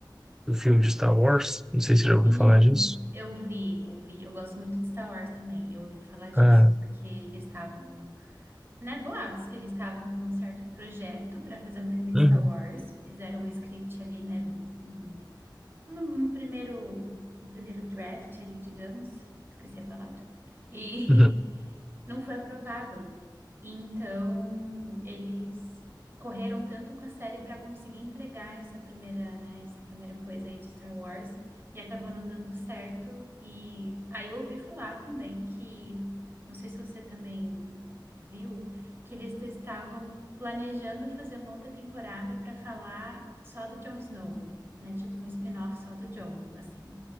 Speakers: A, in the centre; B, on the right.
A: do filme de Star Wars. Não sei se você já ouviu
B: Sim,
A: falar disso.
B: eu vi, ouvi. Eu gosto muito de Star Wars também. Eu ouvi falar disso,
A: Ah,
B: porque eles estavam, né, boatos que eles estavam com um certo projeto para fazer um filme de
A: uhum,
B: Star Wars. Fizeram um script ali, né, um, um- um primeiro, um primeiro draft ali, digamos. Esqueci a palavra. E
A: uhum.
B: <laughs> não foi aprovado. Então, eles correram tanto com a série para conseguir entregar essa primeira, né, essa primeira coisa aí de Star Wars e acabou não dando certo. E aí eu ouvi falar também que, não sei se você também viu, que eles estavam planejando fazer uma outra temporada para falar só do Jon Snow. Né, tipo um spin-off só do Jon, assim,